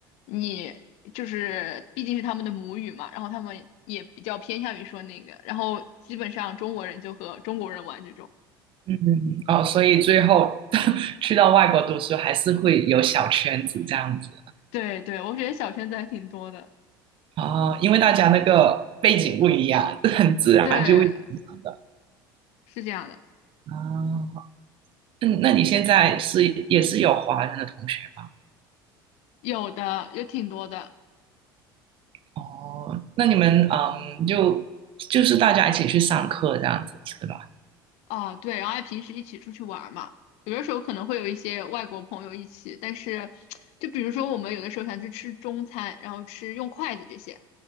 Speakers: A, on the left; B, on the right.
A: 你就是毕竟是他们的母语嘛，然后他们也比较偏向于说那个，然后基本上中国人就和中国人玩这种。
B: 嗯，哦，所以最后 <laughs> 去到外国读书，还是会有小圈子这样子
A: 对对，我觉得小圈子还挺多的。
B: 哦，因为大家那个背景不一样，<laughs> 很自然就会影响的。
A: 对，是这样的。
B: 哦，那那你现在是也是有华人的同学吧？
A: 有的，有挺多的
B: 哦，那你们嗯，就就是大家一起去上课这样子是吧？
A: 啊，对，然后还平时一起出去玩儿嘛，有的时候可能会有一些外国朋友一起，但是就比如说我们有的时候想去吃中餐，然后吃用筷子这些，